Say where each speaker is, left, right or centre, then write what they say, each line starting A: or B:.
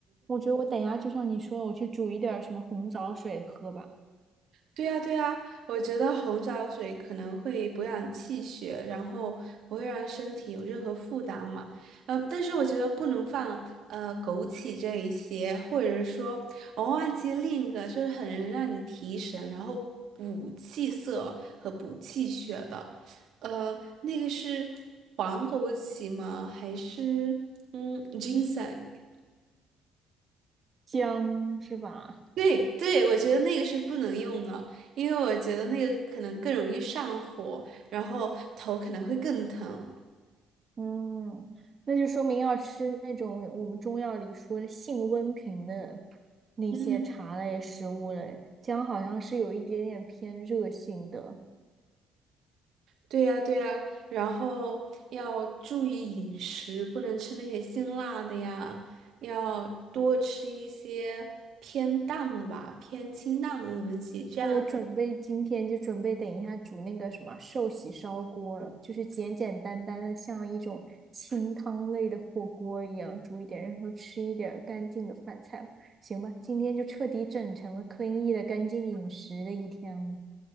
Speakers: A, on the right (about 40°); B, on the right (about 65°).
A: 我觉得我等一下就像你说的，我去煮一点儿什么红枣水喝吧，
B: 对呀，对呀，我觉得红枣水可能会补养气血，然后不会让身体有任何负担嘛。呃，但是我觉得不能放呃枸杞这一些，或者是说我忘记另一个，就是很能让你提神，然后补气色和补气血的。呃，那个是黄枸杞吗？还是嗯金 i
A: 姜是吧？
B: 对对，我觉得那个是不能用的，因为我觉得那个可能更容易上火，然后头可能会更疼。
A: 嗯，那就说明要吃那种我们中药里说的性温平的那些茶类食物嘞。
B: 嗯，
A: 姜好像是有一点点偏热性的。
B: 对呀对呀，然后要注意饮食，不能吃那些辛辣的呀，要多吃一些偏淡的吧，偏清淡的东西，这样
A: 那我准备今天就准备等一下煮那个什么寿喜烧锅了，就是简简单单的，像一种清汤类的火锅一样煮一点，然后吃一点儿干净的饭菜吧。行吧，今天就彻底整成了 c l e 的干净饮食的一天了。